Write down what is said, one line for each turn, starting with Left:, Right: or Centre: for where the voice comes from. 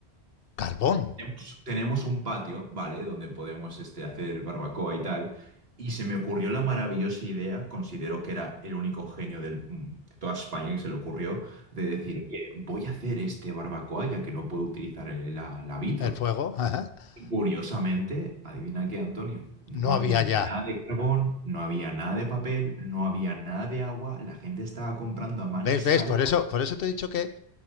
Left: Carbón.
Right: Tenemos tenemos un patio, ¿vale? Donde podemos este, hacer barbacoa y tal. Y se me ocurrió la maravillosa idea, considero que era el único genio del- mm, de toda España que se le ocurrió, de decir, oye, voy a hacer este barbacoa ya que no puedo utilizar el- la, la
Left: <laughs>
Right: vitro.
Left: El fuego. <laughs>
Right: Y curiosamente, adivina qué, Antonio, no
Left: No
Right: había
Left: había ya.
Right: nada de carbón, no había nada de papel, no había nada de agua, la gente estaba comprando a mansalva
Left: ¿Ves? ¿Ves? Por eso, por eso te he dicho que,